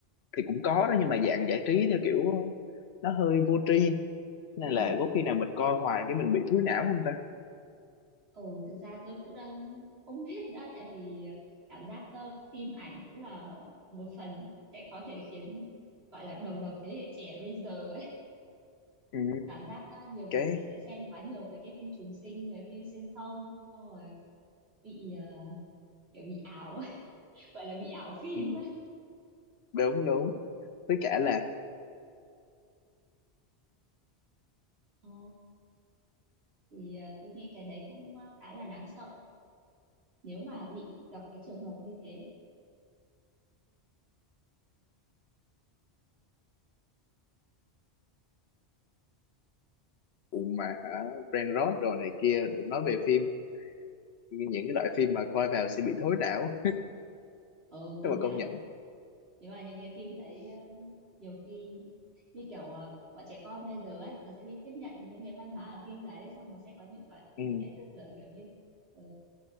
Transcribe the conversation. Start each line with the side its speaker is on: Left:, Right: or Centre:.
Left: thì cũng có đó nhưng mà dạng giải trí theo kiểu nó hơi vô tri nên
Right: ừ.
Left: là có khi nào mình coi hoài cái mình bị thúi não không ta
Right: Ừ, thực ra tôi cũng đang không biết đã tại vì cảm giác ờ, phim ảnh cũng là một phần sẽ có thể khiến gọi là đầu độc thế hệ trẻ bây giờ ấy.
Left: ừ,
Right: Tôi cảm giác ờ, nhiều người
Left: cái
Right: trẻ đã xem quá nhiều mấy cái phim trùng sinh, mấy phim xuyên không, xong rồi bị ờ, kiểu bị ảo, <laughs> gọi là bị ảo phim
Left: ừ,
Right: ấy.
Left: đúng đúng với cả là
Right: Ờ, thì ờ, tôi nghĩ cái đấy cũng ờ, khá là đáng sợ nếu mà bị gặp cái trường hợp như thế.
Left: cùng mà hả brain rot đồ này kia cũng nói về phim nhưng những cái loại phim mà coi vào sẽ bị thối não
Right: Ừ, công
Left: nhưng mà
Right: nhận
Left: công nhận
Right: nếu mà những cái phim đấy ờ, nhiều khi như kiểu ờ, bọn trẻ con bây giờ ấy nó sẽ đi tiếp nhận những cái văn hóa ở phim đấy xong nó sẽ có những cái những
Left: ừ
Right: cái tư tưởng kiểu như ờ,